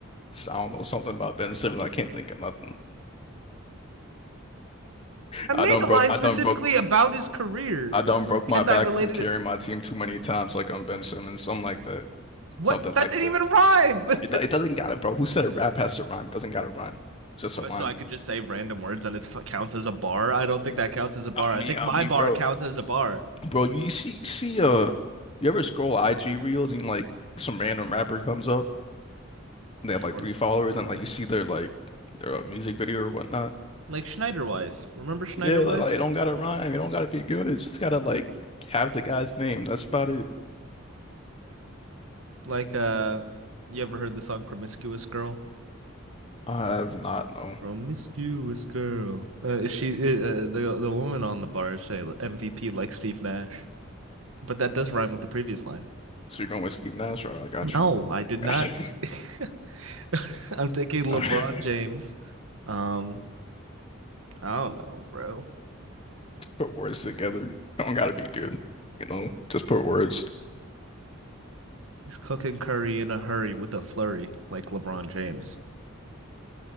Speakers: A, on the left (about 30°); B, on the right (about 75°).
A: I don't know, something about Ben Simmons. I can't think of nothing.
B: I made
A: I done
B: a
A: broke,
B: line
A: I
B: specifically
A: done broke,
B: about his career,
A: I done broke my
B: and
A: back
B: I related
A: from carrying
B: it.
A: my team too many times, like I'm Ben Simmons, something like that,
B: What?
A: something
B: That
A: like
B: didn't
A: that.
B: even rhyme. <laughs>
A: It, do- it doesn't gotta, bro. Who said rap has to rhyme? It doesn't gotta rhyme. It's just a line.
B: So I could just say random words and it f- counts as a bar. I don't think that counts as a bar.
A: I'm
B: I
A: me,
B: think
A: I'm
B: my
A: me,
B: bar
A: bro.
B: counts as a bar.
A: Bro, you, you see, see, uh, you ever scroll IG reels and like some random rapper comes up and
B: Sure.
A: they have like three followers and like you see their like their uh, music video or whatnot.
B: Like Schneiderwise. Remember Schneiderwise?
A: Yeah, li- like it don't gotta rhyme. It don't gotta be good. It's just gotta like have the guy's name. That's about it.
B: Like uh, you ever heard the song "Promiscuous Girl"?
A: I have not no.
B: Promiscuous girl. Uh, she uh, the the woman on the bar say MVP like Steve Nash, but that does rhyme with the previous line.
A: So you're going with Steve Nash, right? I got
B: No,
A: you.
B: I did not.
A: I got you.
B: <laughs> <laughs> I'm taking LeBron
A: <laughs> All right.
B: James. Um, I don't know, bro.
A: Put words together. don't gotta be good. You know, just put words.
B: He's cooking curry in a hurry with a flurry, like LeBron James.